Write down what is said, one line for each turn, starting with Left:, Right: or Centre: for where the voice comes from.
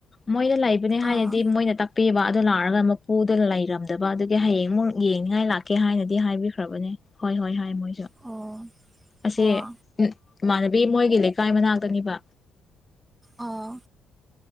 Left: ꯃꯣꯏꯅ ꯂꯩꯕꯅꯦ ꯍꯥꯏꯅꯗꯤ
Right: ꯑꯥ
Left: ꯃꯣꯏꯅ ꯇ ꯄꯤꯕ ꯑꯗꯨ ꯅꯥꯔꯒ ꯃꯄꯨꯗ ꯂꯩꯔꯝꯗꯕ ꯑꯗꯨꯒꯤ ꯍꯌꯦꯡꯃꯨꯛ ꯌꯦꯡꯅꯤꯡꯉꯥꯏ ꯂꯥꯛꯀꯦ ꯍꯥꯏꯅꯗꯤ ꯍꯥꯏꯕꯤꯈ꯭ꯔꯕꯅꯦ ꯍꯣꯏ ꯍꯣꯏ ꯍꯣꯏ ꯃꯣꯏꯁꯨ
Right: ꯑꯣ
Left: ꯑꯁꯤ
Right: ꯑꯣ
Left: ꯎꯝ ꯏꯃꯥꯟꯅꯕꯤ ꯃꯣꯏꯒꯤ ꯂꯩꯀꯥꯏ ꯃꯅꯥꯛꯇꯅꯤꯕ
Right: ꯑꯣ